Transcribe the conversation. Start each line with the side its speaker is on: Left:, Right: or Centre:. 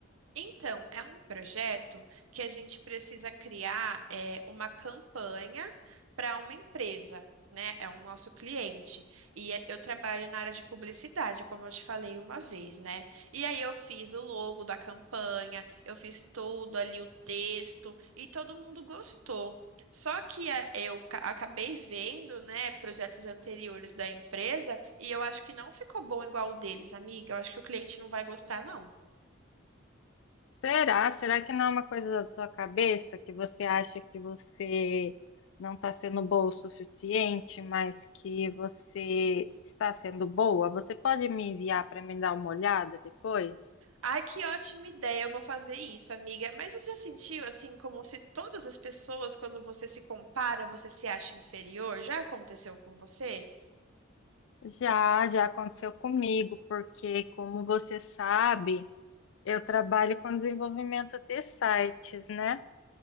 Right: Então, é um projeto que a gente precisa criar é, uma campanha para uma empresa, né? É um nosso cliente. E é- eu trabalho na área de publicidade, como eu te falei uma vez, né? E aí eu fiz o logo da campanha, eu fiz tudo ali, o texto, e todo mundo gostou. Só que é, eu ca- acabei vendo, né, projetos anteriores da empresa e eu acho que não ficou bom igual o deles, amiga. Eu acho que o cliente não vai gostar, não.
Left: Será? Será que não é uma coisa da sua cabeça que você acha que você não está sendo boa o suficiente, mas que você está sendo boa? Você pode me enviar para me dar uma olhada depois?
Right: Ai, que ótima ideia, eu vou fazer isso, amiga. Mas você já sentiu assim, como se todas as pessoas, quando você se compara, você se acha inferior? Já aconteceu com você?
Left: Já, já aconteceu comigo, porque como você sabe. Eu trabalho com desenvolvimento de sites, né?